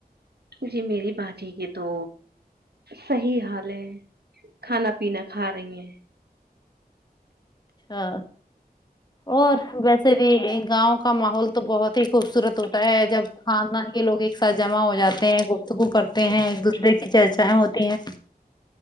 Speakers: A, on the right; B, on the left.
A: جی میری باجی ہے کہ تو صحیح حال ہے کھانا پینا کھا رہی ہیں
B: آ اور ویسے بھی گاؤں کا ماحول تو بہت ہی خوبصورت ہوتا ہے جب کھاندان کے لوگ ایک ساتھ جمع ہو جاتے ہیں گفتگو کرتے ہیں ایک دوسرے کی چرچائیں ہوتی ہیں